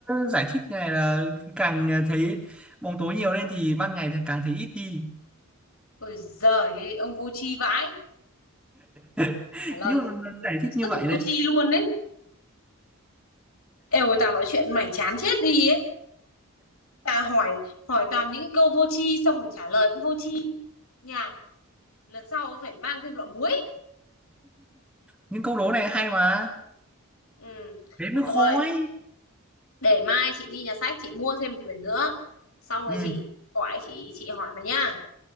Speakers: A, in the centre; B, on the left.
A: giải thích này là càng thấy bóng tối nhiều lên thì ban ngày thì càng thấy ít đi
B: ôi giời ông vô tri vãi
A: <laughs>
B: trả lời
A: nhưng mà giải thích
B: rất
A: như vậy
B: là vô
A: đây
B: tri luôn đấy êu tao nói chuyện mày chán chết đi ấy tao hỏi hỏi toàn những cái câu vô tri xong rồi trả lời cũng vô tri nhạt lần sau phải mang thêm lọ muối
A: những câu đố này hay mà
B: ừ
A: thế mới
B: rồi
A: khó ấy
B: để mai chị đi nhà sách chị mua thêm một quyển nữa xong rồi
A: ừ
B: chị gọi chị chị hỏi mày nhá